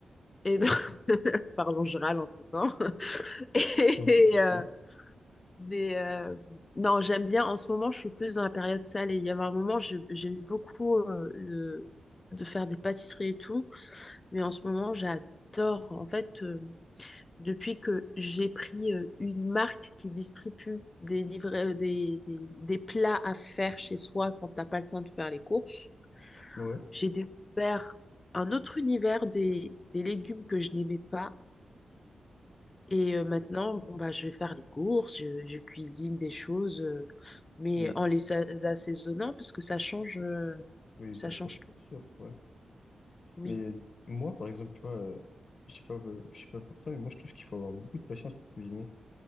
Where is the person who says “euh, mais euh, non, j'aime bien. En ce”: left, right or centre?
Left